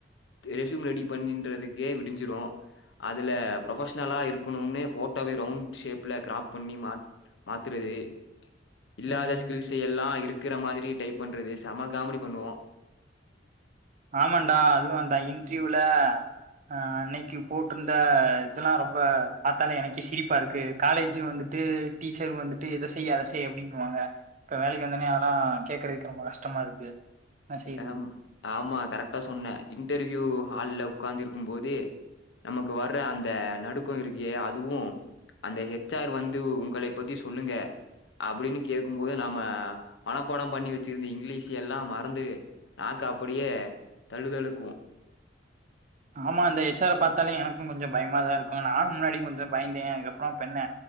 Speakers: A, on the left; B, on the right.
A: ரெஸியும் ரெடி பண்ணின்றதுக்கே விடிஞ்சிரு அதுல ப்ரொபஷ்னலா இருக்கணுன்னே ஃபோட்டோவே ரவுண்ட் ஷேப்ல கிராப் பண்ணி மாத் மாத்துறது இல்லாத
B: ம்
A: ஸ்கில்ஸ்சயெ ல்லா இருக்கிற மாதிரி டைப் பண்றது செம காமெடி பண்ணுவோ
B: ஆமன்டா அதுவு அந்த இன்ட்ரிவ்யூல அ அன்னைக்கு போட்ருந்த இதெல்லா ரொம்ப பாத்தாலே எனக்கே சிரிப்பா இருக்கு காலேஜு வந்து ட்டு டீச்சர் வந்துட்டு இத செய் அத செய் அப்டின்னுவாங்க இப்ப வேலைக்கு வந்தோனே அதுலா கேக்குறதுக்கு ரொம்ப கஷ்டமா இருக்கு என்ன செய்றது
A: அம் ஆமா கரெக்டா சொன்னா இன்டர்வியூ ஹால்ல உக்காந்துருக்கும் போது நமக்கு வர்ற அந்த நடுக்கோ இருக்கே அதுவு அந்த ஹெச் ஆர் வந்து உங்களை பத்தி சொல்லுங்க அப்டின்னு கேக்கும் போது நம்ம மனப்பாட பண்ணி வெச்சிருந்த இங்லீஷ் எல்லா மறந்து நாக்கு அப்டியே தழு தழுக்கு
B: ஆமா அந்த எச் ஆர பாத்தாலே எனக்கு கொஞ்ச பயமா தா இருக்கு நானு முன்னாடி கொஞ்ச பயந்தே அதுக்கப்பறோ இப்ப என்ன